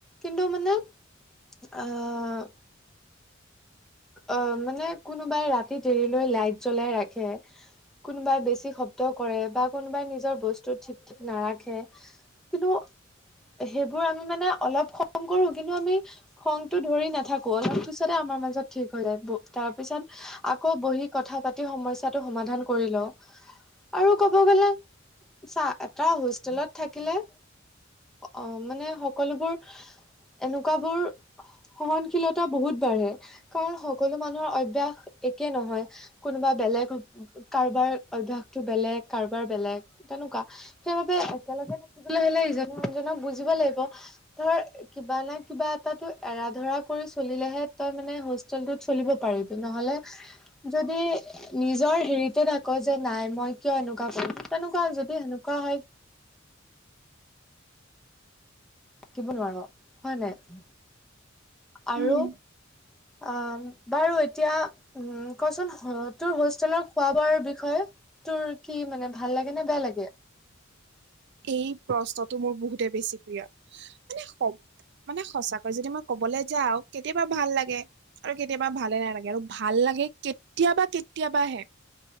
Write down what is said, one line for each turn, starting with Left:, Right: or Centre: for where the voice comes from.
Centre: কিন্তু মানে আ আ মানে কোনোবাই ৰাতি দেৰিলৈ লাইট জ্বলাই ৰাখে। কোনোবাই বেছি শব্দ কৰে বা কোনোবাই নিজৰ বস্তু ঠিক-ঠিক নাৰাখে। কিন্তু সেইবোৰ আমি মানে অলপ খং কৰো কিন্তু আমি খংটো ধৰি নাথাকো, অলপ পিছতে আমাৰ মাজত ঠিক হৈ যায়। তাৰপিছত আকৌ বহি কথা পাতি সমস্যাটো সমাধান কৰি লওঁ। আৰু ক'ব গ'লে চা- এটা হোষ্টেলত থাকিলে অ' মানে সকলোবোৰ এনেকুৱাবোৰ সহনশীলতা বহুত বাঢ়ে। কাৰণ সকলো মানুহৰ অভ্যাস একে নহয়, কোনোবা বেলেগ কাৰোবাৰ অভ্যাসটো বেলেগ, কাৰোবাৰ বেলেগ তেনোকা। সেহতে একেলগে থাকিবলৈ হ'লে ইজনে আনজনক বুজিব লাগিব। ধৰ, কিবা নে কিবা এটাটো এৰা ধৰা কৰি চলিলেহে তই মানে হোচ চলটোত চলিব পাৰিবি, নহ'লে যদি নিজৰ হেৰিতে তাক' যে নাই মই কিয় এনেকুৱা কৰিম, তেনেকুৱা যদি সেনেকুৱা হয় থাকিব নোৱাৰ। হয় নাই? আৰু
Right: উম
Centre: আম, বাৰু এতিয়া উ, কচোন তোৰ হোষ্টেলৰ খোৱা-বোৱাৰ বিষয়ে? তোৰ কি মানে ভাল লাগে নে বেয়া লাগে?
Right: এই প্ৰশ্নটো মোৰ বহুতে বেছি প্ৰিয় মানে শৱ মানে সঁচাকৈ যদি মই ক'বলৈ যাওঁ, কেতিয়াবা ভাল লাগে। আৰু কেতিয়াবা ভালে নালাগে, আৰু ভাল লাগে কেতিয়াবা কেতিয়াবাহে।